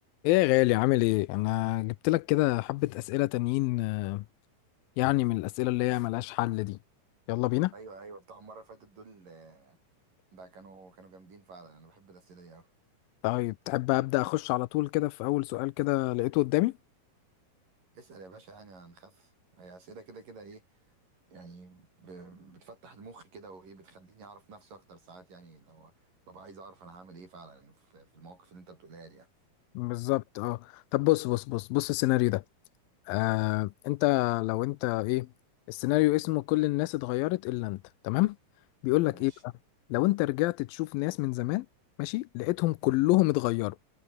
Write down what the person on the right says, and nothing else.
ايوه ايوه بتاع المره اللي فاتت دول آه، ده كانوا كانوا جامدين فعلا انا بحب الاسئله دي قوي
اسال يا باشا يعني هنخف هي اسئله كده كده ايه يعني ب... بتفتح المخ كده وايه بتخليني اعرف نفسي اكتر ساعات يعني لو ببقى عايز اعرف انا هعمل ايه فعلا في, في المواقف اللي انت بتقولها لي يعني
ماشي